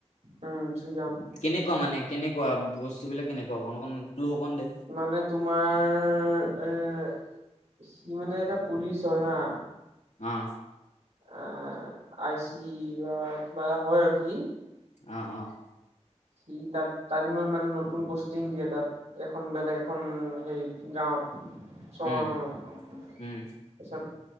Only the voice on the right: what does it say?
উম। ধৃড্ৰাম।
মানে তোমাৰ! এ সি মানে এটা পুলিচ হয় হা!
আ আইচি বা কিবা এটা হয় আৰু সি!
সি তাত-তাত মানে নতুন পষ্টিং দিয়ে তাত, এখন বেলেগ এখন হেৰি গাঁৱত। চহৰখনত,
তাৰপিছত